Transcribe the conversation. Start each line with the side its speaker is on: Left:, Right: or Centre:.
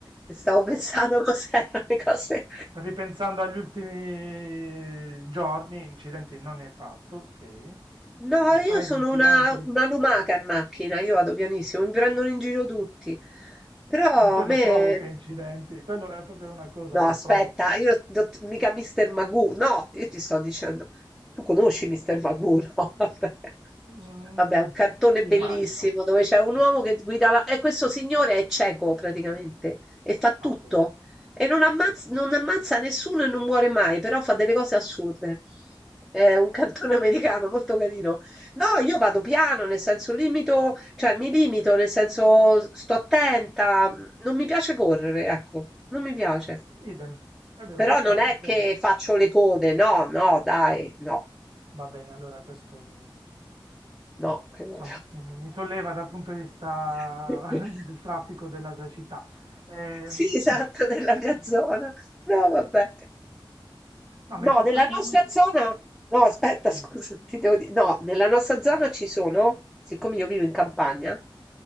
Centre: stavo pensando <laughs> cos'erano le cose
Right: Stavi pensando agli ultimi giorni, incidenti non ne hai fatto, ok.
Centre: No,
Right: Ma ne
Centre: io
Right: fai
Centre: sono
Right: di incidenti?
Centre: una, una lumaca in macchina, io vado pianissimo, mi prendono in giro tutti. Però
Right: Quello
Centre: a me
Right: provoca incidenti, quello è proprio una cosa
Centre: No,
Right: che
Centre: aspetta,
Right: provoca.
Centre: io non- mica Mr. Magoo, no, io ti sto dicendo, tu conosci Mr. Magoo, no? <laughs> Vabbè.
Right: Mm,
Centre: Vabbè, è un cartone
Right: sì,
Centre: bellissimo
Right: immagino.
Centre: dove c'è un
Right: Sì,
Centre: uomo
Right: sì.
Centre: che guida la... E questo signore è cieco praticamente e fa tutto
Right: Ah, ok.
Centre: e non ammazza, non ammazza nessuno e non muore mai, però fa delle cose assurde. È un cartone <laughs> americano molto carino. No, io vado piano, nel senso limito, cioè mi limito, nel senso sto attenta, non mi piace correre, ecco, non mi piace.
Right: Idem, è vero,
Centre: Però
Right: questo
Centre: non
Right: anche
Centre: è
Right: per
Centre: che
Right: me.
Centre: faccio le code, no, no dai, no,
Right: Va bene, allora questo mi,
Centre: no. che non-
Right: insomma, mi, mi- mi solleva dal punto di vista
Centre: <laughs>
Right: <laughs> del traffico, della cecità. Ehm,
Centre: Sì, esatto,
Right: <laughs>
Centre: della mia zona. No, vabbè.
Right: No, mi
Centre: No,
Right: hai fatto...
Centre: nella nostra
Right: mi- non so-
Centre: zona no aspetta <laughs> scusa,
Right: Dimmi,
Centre: ti devo di no, nella nostra zona
Right: Sara.
Centre: ci sono, siccome io vivo in campagna,